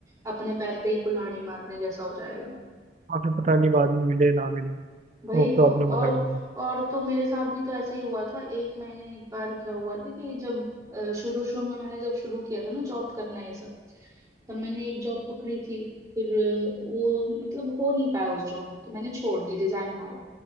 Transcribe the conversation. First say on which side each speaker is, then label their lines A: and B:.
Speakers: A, on the right; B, on the right.
A: अपने पैर पे ही कुल्हाड़ी मारने जैसा हो जाएगा
B: वहाँ पे पता नहीं बाद में मिले ना मिले
A: वही
B: वो
A: तो
B: प्रॉब्लम
A: और
B: अलग होगी
A: और तो मेरे साथ भी तो ऐसे ही हुआ था एक मैंने एक बार क्या हुआ था कि जब शुरू शुरू में मैंने जब शुरू किया था ना जॉब करना ये सब तब मैंने एक जॉब पकड़ी थी फिर अ, वो मतलब हो नहीं पाया उस जॉब में तो मैंने छोड़ दी रिजाइन मारा